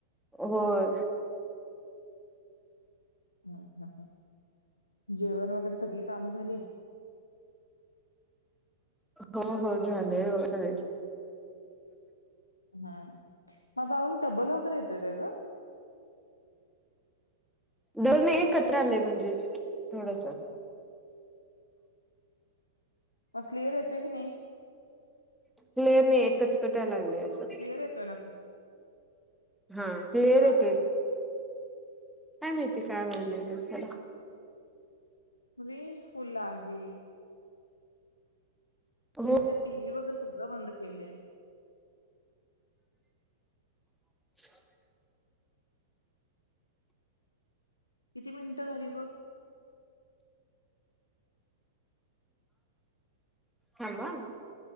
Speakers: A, in the centre; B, on the left (about 90°).
A: होय
B: हम्म.. ह. ह.. जेवण वगैरे सगळी कामं झाली?
A: हो.. हो. झालंय सगळे.
B: हम्म.. माझा आवाज डब्बल वगैरे येतोय काय ग?
A: डबल नाही आहे कत्रालय म्हणजे थोडसा.
B: मग क्लिअर येतोय की नाही?
A: क्लियर नाही कटकटायला लागले असं.
B: क्लिअर येतोय ना
A: हा क्लियर
B: का
A: येते.
B: खरं
A: काय माहिती काय व्हाय लायले सला.
B: रेंज फुल आहे. व्यवथित
A: हो
B: टीव्ही वगैरे सगळं बंद केलेय.
A: <inaudible>
B: किती मिनिटं झाली बघ.
A: थांब ह